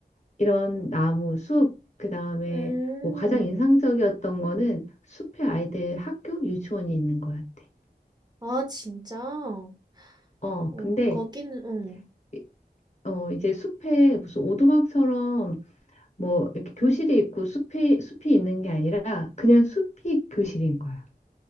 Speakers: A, on the left; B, on the right.
A: 이런 나무, 숲, 그다음에
B: 음,
A: 뭐 가장 인상적이었던 거는 숲에 아이들 학교 유치원이 있는 거였대.
B: 아, 진짜?
A: 어,
B: 어,
A: 근데
B: 거기는, 음.
A: 이- 어 이제 숲에 무슨 오두막처럼 뭐 이렇게 교실이 있고 숲이 숲이 있는 게 아니라 그냥 숲이 교실인 거야.